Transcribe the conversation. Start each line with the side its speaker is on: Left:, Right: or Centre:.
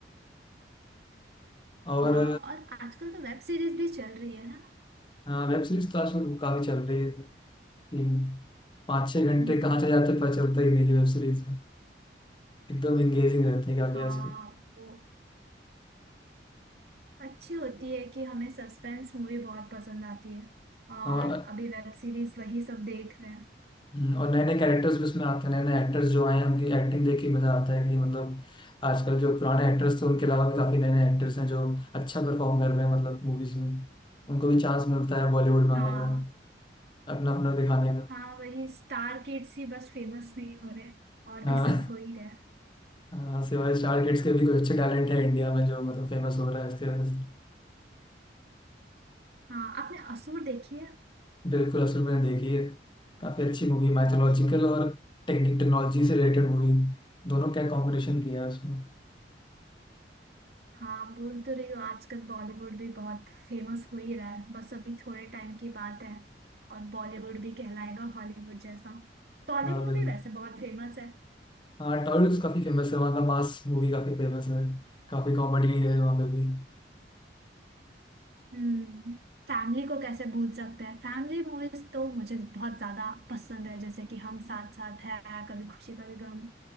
Left: और
Right: हाँ और आजकल तो वेब सीरीज भी चल रही है है ना
Left: हाँ वेब सीरीज तो आजकल काफी चल रही है तीन पाँच छह घंटे
Right: हम्म,
Left: कहाँ चले जाते हैं पता चलता ही नहीं है वेब सीरीज में एकदम एंगेजिंग रहते हैं काफी
Right: हाँ
Left: आजकल
Right: वो अच्छी होती है कि हमें सस्पेंस मूवी बहुत पसंद आती है और
Left: और
Right: अभी वेब सीरीज वही सब देख रहे हैं
Left: हम्म, और नए नए कैरेक्टर्स भी उसमें आते हैं नए नए एक्टर्स जो आए हैं उनकी एक्टिंग देख के मजा आता है कि मतलब आजकल जो पुराने एक्टर्स थे उनके अलावा भी काफी नए नए एक्टर्स हैं जो अच्छा परफॉर्म कर रहे हैं मतलब मूवीज में उनको भी चांस मिलता है बॉलीवुड में
Right: हाँ
Left: आने का अपना अपना दिखाने का
Right: हाँ वही स्टार किड्स ही बस फेमस नहीं हो रहे और
Left: हाँ
Right: भी सब हो ही रहे
Left: हाँ, सिवाय स्टार किड्स के भी कुछ अच्छे टैलेंट है इंडिया में जो मतलब फेमस हो रहा है इसके वजह से
Right: हाँ आपने असूर देखी है
Left: बिल्कुल असल मैंने देखी है काफी अच्छी मूवी माइथोलॉजिकल और टेक्निक टेक्नोलॉजी से रिलेटेड मूवी दोनों का कॉम्बिनेशन किया है उसमें
Right: हाँ बोल तो रही हो आजकल बॉलीवुड भी बहुत फेमस हो ही रहा है बस अभी थोड़े टाइम की बात है और बॉलीवुड भी कहलाएगा हॉलीवुड जैसा टॉलीवुड
Left: हाँ बिल्कुल
Right: भी वैसे बहुत फेमस है
Left: हाँ टॉलीवुड तो काफी फेमस है वहाँ का मास मूवी काफी फेमस है काफी कॉमेडी है वहाँ पे भी
Right: हम्म फैमिली को कैसे भूल सकते हैं फैमिली मूवीज तो मुझे बहुत ज्यादा पसंद है जैसे कि हम साथ साथ है कभी खुशी कभी गम